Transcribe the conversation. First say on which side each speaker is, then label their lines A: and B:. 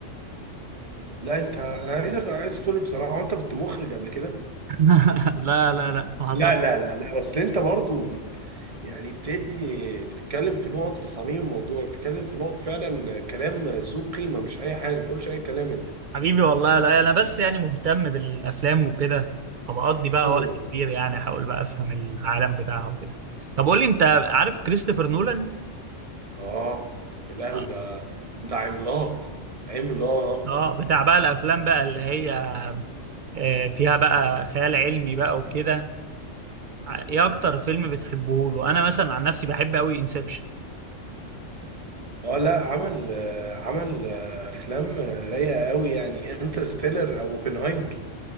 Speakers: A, on the right; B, on the right.
A: لا انت انا عايزك عايز تقول لي بصراحه انت كنت مخرج قبل كده
B: <laughs> لا لا لا ما حصل
A: لا لا لا لا اصل انت برضو بت... يعني بتدي بتتكلم في نقط في صميم الموضوع بتتكلم في نقط فعلا كلام ذو قيمه مش اي حاجه ما تقولش اي كلام انت
B: حبيبي والله لا انا بس يعني مهتم بالافلام وكده فبقضي بقى
A: امم
B: اه وقت كبير يعني احاول بقى افهم العالم بتاعها وكده طب قول لي انت عارف كريستوفر نولان
A: اه يا لهوي
B: اه
A: ده ده عملاق عملاق
B: آه، بتاع بقى الافلام بقى اللي هي آه، فيها بقى خيال علمي بقى وكده ع- ايه اكتر فيلم بتحبه له انا مثلا عن نفسي بحب قوي انسبشن
A: اه لا عمل آه، عمل آه، افلام آه، رايقه قوي يعني انترستيلر او اوبنهايمر